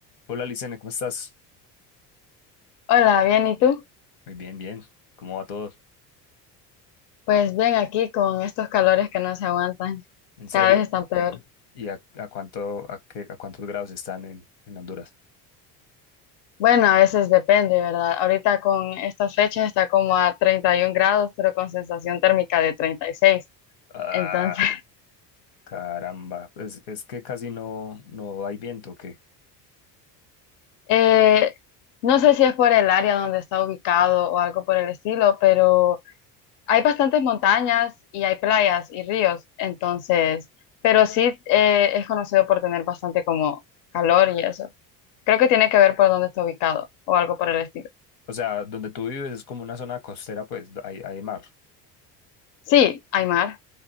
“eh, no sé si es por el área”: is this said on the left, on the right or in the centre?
Left